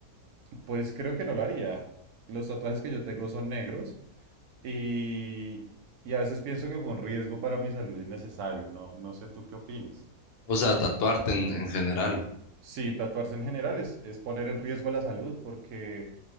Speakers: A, on the right (about 75°); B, on the left (about 80°).
A: pues creo que no lo haría. Los tatuajes que yo tengo son negros y, y a veces pienso que fue un riesgo para mi salud innecesario, ¿no? No sé tú qué opines.
B: O sea, tatuarte en, en general.
A: Sí, tatuarse en general es, es poner en riesgo la salud porque,